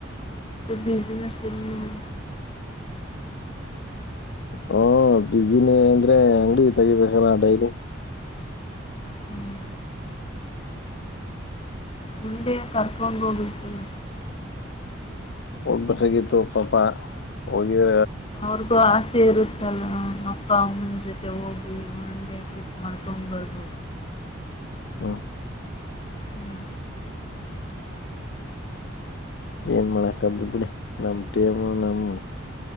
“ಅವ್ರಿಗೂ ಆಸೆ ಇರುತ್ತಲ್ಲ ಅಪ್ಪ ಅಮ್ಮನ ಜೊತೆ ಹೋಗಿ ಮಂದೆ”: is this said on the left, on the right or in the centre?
Left